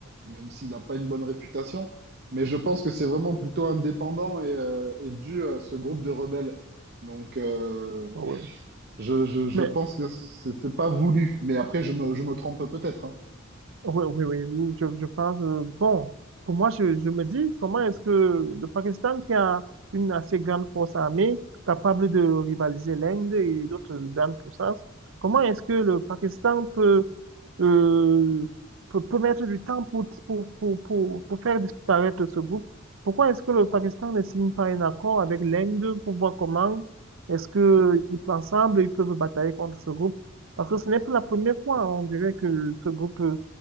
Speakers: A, on the right (about 50°); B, on the right (about 70°).
A: même s'il n'a pas une bonne réputation. Mais je pense que c'est vraiment plutôt indépendant et, euh, et dû à ce groupe de rebelles. Donc, euh,
B: Oui.
A: je, je, je
B: Mais
A: pense que c'est c'est pas voulu. Mais après, je me, je me trompe peut-être. hein.
B: Oui, oui, oui, oui, je, je pense. euh, bon, pour moi, je, je me dis, comment est-ce que le Pakistan, qui a une assez grande force armée, capable de rivaliser l'Inde et d'autres grandes puissances, comment est-ce que le Pakistan peut, euh, peut, peut mettre du temps pour, pour, pour, pour, pour faire disparaître ce groupe? Pourquoi est-ce que le Pakistan ne signe pas un accord avec l'Inde pour voir comment est-ce que ils peuvent ensemble, ils peuvent batailler contre ce groupe? Parce que ce n'est pas la première fois, on dirait que ce groupe euh,